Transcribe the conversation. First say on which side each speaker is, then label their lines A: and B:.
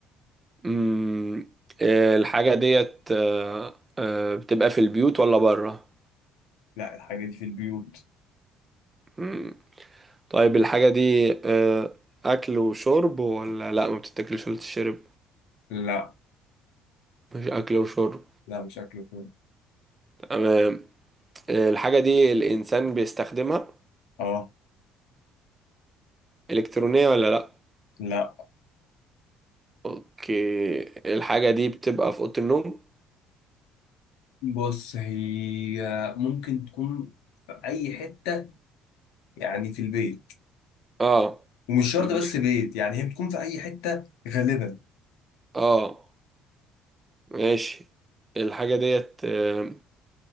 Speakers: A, on the right; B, on the left.
A: امم آه، الحاجه ديت آه، آه، بتبقى في البيوت ولا بره
B: لا الحاجه دي في البيوت
A: امم طيب الحاجه دي آه، اكل وشرب ولا لا ما بتتاكلش ولا تشرب
B: لا
A: مش اكل وشرب
B: لا مش اكل وكده
A: تمام آه، الحاجه دي الانسان بيستخدمها
B: اه
A: الكترونيه ولا لا
B: لا
A: اوكي الحاجة دي بتبقى في أوضة النوم
B: بص هي ممكن تكون في أي حتة يعني في البيت
A: اه
B: ومش شرط
A: في البيت
B: بس بيت يعني هي بتكون في أي حتة غالبا
A: اه ماشي الحاجة ديت آه